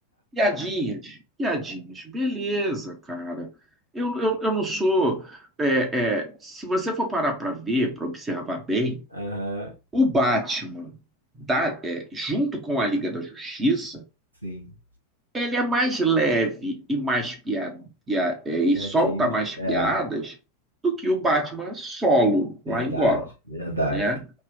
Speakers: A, on the right; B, on the right.
A: piadinhas, piadinhas, beleza, cara. Eu, eu, eu não sou. é, é, se você for parar para ver, para observar bem,
B: Aham,
A: O Batman, da- é, junto com a Liga da Justiça,
B: sim.
A: ele é mais leve e mais pia, pia- é, e
B: Já
A: solta
B: diz.
A: mais
B: É,
A: piadas do que o Batman solo
B: verdade,
A: lá em Gotham,
B: verdade.
A: né?